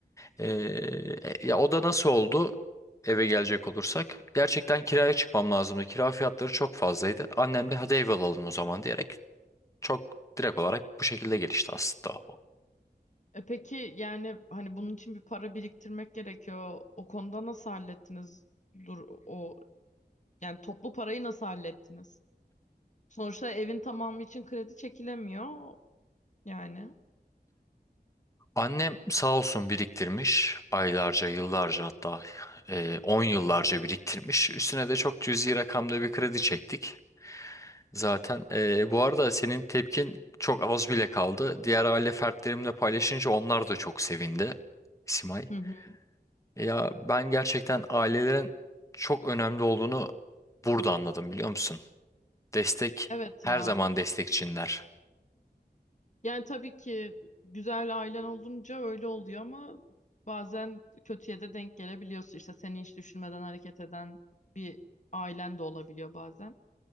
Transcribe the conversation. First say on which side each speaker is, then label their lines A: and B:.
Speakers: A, on the left; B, on the left.
A: Eee, e, ya o da nasıl oldu? Eve gelecek olursak gerçekten kiraya çıkmam lazımdı. Kira fiyatları çok fazlaydı. Annem de hadi ev alalım o zaman diyerek çok direkt olarak bu şekilde gelişti aslında.
B: E peki yani hani bunun için bir para biriktirmek gerekiyor. O konuda nasıl hallettiniz? Dur o yani toplu parayı nasıl hallettiniz? Sonuçta evin tamamı için kredi çekilemiyor yani.
A: Annem sağ olsun biriktirmiş aylarca, yıllarca hatta e, 10 yıllarca biriktirmiş. Üstüne de çok cüzi rakamda bir kredi çektik. Zaten e, bu arada senin tepkin çok az bile kaldı. Diğer aile fertlerimle paylaşınca onlar da çok sevindi Simay.
B: Hı hı.
A: Ya ben gerçekten ailelerin çok önemli olduğunu burada anladım biliyor musun? Destek
B: Evet
A: her
B: ya.
A: zaman destekçinler.
B: Yani tabii ki güzel ailen olunca öyle oluyor ama bazen kötüye de denk gelebiliyorsun. İşte seni hiç düşünmeden hareket eden bir ailen de olabiliyor bazen.